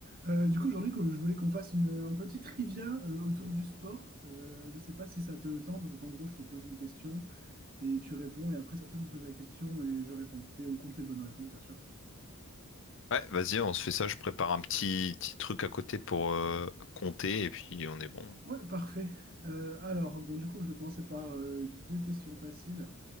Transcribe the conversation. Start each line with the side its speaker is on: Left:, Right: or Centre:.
Right: Euh, du coup, aujourd'hui, que- je voulais qu'on fasse une, un petit trivia euh, autour du sport. Euh, je ne sais pas si ça te tente. Donc, en gros, je te pose une question et tu réponds. Et après, c'est à toi de me poser la question et je réponds. Et on compte les bonnes réponses, bien sûr.
Left: Ouais, vas-y, on se fait ça. Je prépare un petit, petit truc à côté pour euh, compter et puis on est bon.
Right: Ouais, parfait. Euh, alors, bon, du coup, je vais commencer par euh, deux questions faciles.